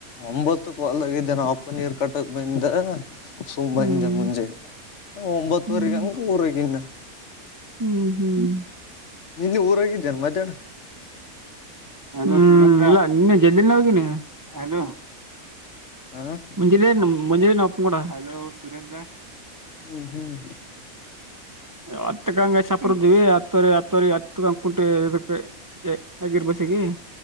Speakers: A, on the left; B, on the right.
A: ಒಂಬತ್ತಕ್ ಹೊಲ್ದಾಗಿದ್ದೇ ನಮ್ಮಪ್ಪ ನೀರ್ ಕಟ್ಟಕ್ ಬಂದಿದ್ದ. <inaudible> ಸೋ, ಬಂದೆ
B: ಹ್ಮ್
A: ಮುಂಜಲೆ, ಒಂಬತ್ತುವರೆಗ
B: ಹ್ಮ್
A: ಹಂಗೂ ಊರಗ ಈನ್ ನಾ. <inaudible>
B: ಹ್ಮ್ ಹ್ಮ್. <inaudible>
A: ನೀನೇ ಊರಾಗಿದ ಮತ್ಹ್ಯಾಡು? <inaudible>
B: ಹ್ಮ್, ಇಲ್ಲ ನಿನ್ನೆ ಜಲ್ದಿನ ಹೋಗಿನಿ. <unintelligible>
A: ಹಾ. <inaudible>
B: ಮುಂಜೆಲೆ ನಮ್ ಮುಂಜಾಲೆ ನಮ್ಮಪ್ಪನ ಕೂಡ. ಹಲೋ ಸುರೇಂದ್ರ. <unintelligible>
A: ಹೂ ಹ್. <inaudible>
B: ಹತ್ತ ಕಂಗೆ ಚಪರ್ದ್ವಿ ಹತ್ತವರಿ ಹತ್ತವರಿ ಹತ್ ಕುಂಟೆ ಇದಕ್. <inaudible> ಹೇ ಆಗಿರ ಬಸಗಿ! <inaudible>